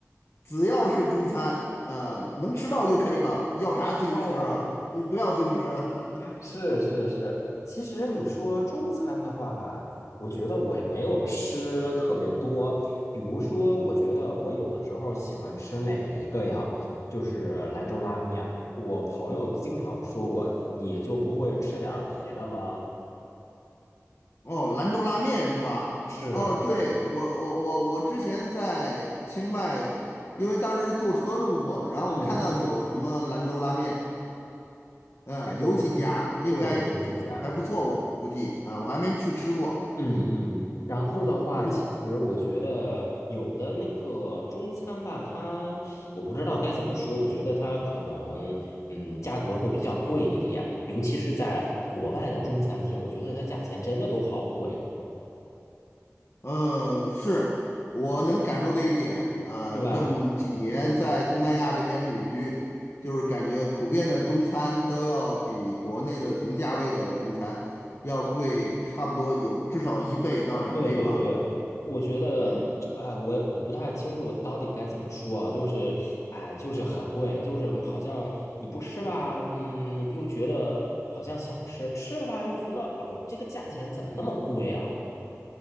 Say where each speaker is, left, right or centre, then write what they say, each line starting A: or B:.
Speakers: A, on the left; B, on the left.
A: 只要是中餐，呃，能吃到就可以了，要啥自行车啊？
B: 哦，
A: 你不要自行车了。<laughs>
B: 是是是，其实你说中餐的话吧，我觉得我也没有吃特别多。比如说，我觉得我有的时候喜欢吃哪一个呀？就是兰州拉面。我朋友经常说我，你就不会吃点儿别的吗？
A: 哦，兰州拉面是吧？
B: 是，
A: 哦，对，我我我我之前在清迈，因为当时坐车路过，然后我看到有什么兰州拉面，
B: 嗯，
A: 嗯、
B: 但是
A: 有几家应该还还不错，
B: 对，有几家。
A: 我估计啊、我还没去吃过。
B: 嗯嗯，
A: 嗯，
B: 然后的话，
A: 你
B: 其实我觉得有的那个中餐吧，它我不知道该怎么说，我觉得它可能嗯价格会比较贵一点，尤其是在国外的中餐厅，我觉得它价钱真的都好贵，
A: 嗯，是我能感受的一点啊，
B: 是吧？
A: 这么几年在东南亚这边旅居，
B: 嗯。
A: 就是感觉普遍的中餐都要比国内的同价位的中餐要贵，差不多有至少一倍到两倍吧。
B: 对对对，我觉得，
A: 嗯，
B: 哎，我我不太清楚到底该怎么说啊，就是，哎，就是很贵，就是好像你不吃吧，嗯，又觉得好像想吃，吃了吧又觉得，哦，这个价钱怎么那么贵啊？